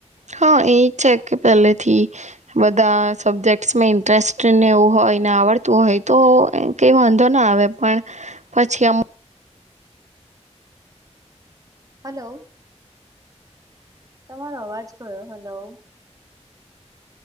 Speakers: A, on the right; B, on the right.
A: હા એ છે કે પહેલેથી. બધા સબ્જેક્ટસમાં ઇન્ટરેસ્ટને એવું હોય ને આવડતું હોય તો કંઈ વાંધો ના આવે. પણ પછી આમ.
B: હલો. તમારો અવાજ કયો હલો.